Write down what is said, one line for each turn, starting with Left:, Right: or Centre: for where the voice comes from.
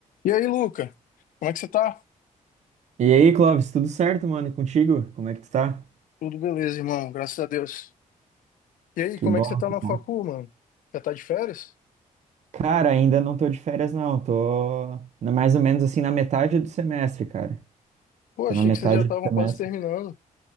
Left: E aí, Luca? Como é que você tá?
Right: E aí, Clóvis, tudo certo, mano? E contigo? Como é que tu tá?
Left: Tudo beleza, irmão, graças a Deus. E aí,
Right: Que
Left: como
Right: bom,
Left: é que você tá
Right: que
Left: na facu,
Right: bom.
Left: mano? Já tá de férias?
Right: Cara, ainda não tô de férias, não. Tô na- mais ou menos assim na metade do semestre, cara.
Left: Pô,
Right: Tô
Left: achei
Right: na metade
Left: que vocês já estavam
Right: do semestre.
Left: quase terminando.